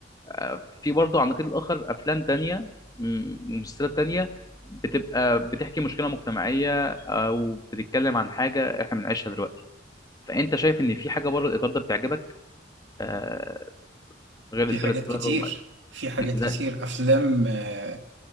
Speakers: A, on the left (about 20°); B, on the right (about 85°).
A: آه، في برضه على النقيض الاخر افلام تانية م- ومسلسلات تانية بتبقى بتحكي مشكله مجتمعيه او بتتكلم عن حاجه احنا بنعيشها دلوقتي فانت شايف ان في حاجه بره الاطار ده بتعجبك آه، غير
B: في
A: انترستيلر
B: حاجات كتير
A: وما...
B: في حاجات
A: مم.
B: كتير
A: زي...
B: افلام آه،